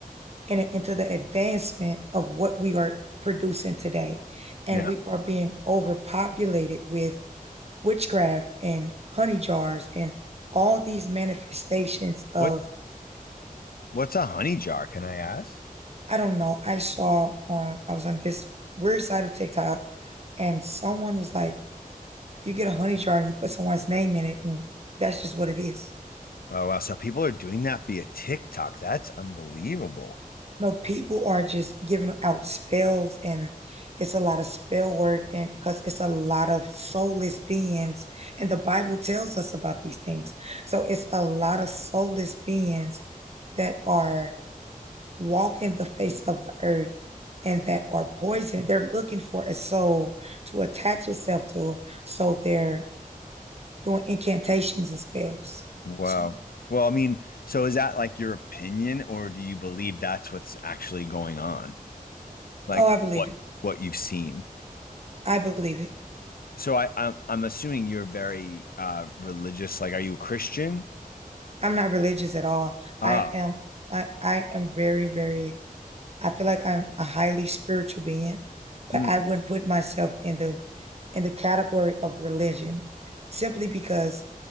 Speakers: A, on the right (about 45°); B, on the left (about 80°).
A: in, into the advancement of what we are producing today. And
B: Yeah.
A: we are being overpopulated with witchcraft and honey jars and all these manifestations of
B: What what's a honey jar, can I ask?
A: I don't know. I saw um I was on this weird side of TikTok and someone was like, you get a honey jar and you put someone's name in it and that's just what it is.
B: Oh wow, so people are doing that via TikTok. That's unbelievable.
A: No, people are just giving out spells and it's a lot of spell work and because it's a lot of soulless beings and the Bible tells us about these things. So it's a lot of soulless beings that are Walk in the face of the earth and that are poisoned. They're looking for a soul to attach itself to. So they're doing incantations and spells.
B: Wow.
A: So,
B: Well, I mean, so is that like your opinion, or do you believe that's what's actually going on? Like
A: oh, I believe
B: what
A: it.
B: what you've seen?
A: I believe it.
B: So I, I'm I'm assuming you're very uh religious. Like, are you a Christian?
A: I'm not religious at all.
B: Ah,
A: I am. I, I am very, very, I feel like I'm a highly spiritual being, but
B: Mm,
A: I wouldn't put myself in the, in the category of religion simply because